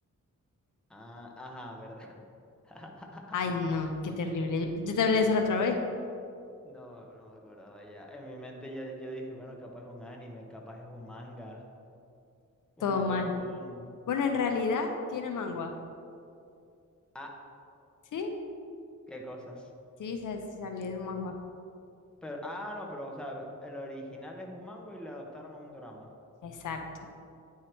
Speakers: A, in the centre; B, on the left.
A: Ah, ajá, ¿verdad? <laughs>
B: Ay, no, qué terrible. Yo, yo te hablé de eso la otra vez.
A: No, no me acordaba ya. En mi mente ya, yo dije, bueno, capaz es un anime, capaz es un manga,
B: Todo
A: un
B: mal.
A: webtoon.
B: Bueno, en realidad tiene mangua.
A: Ah,
B: ¿Sí?
A: Qué cosas.
B: Sí, sa- salió de un manga.
A: Pero, ah, no, pero, o sea, el original es un manga y le adaptaron a un drama.
B: Exacto.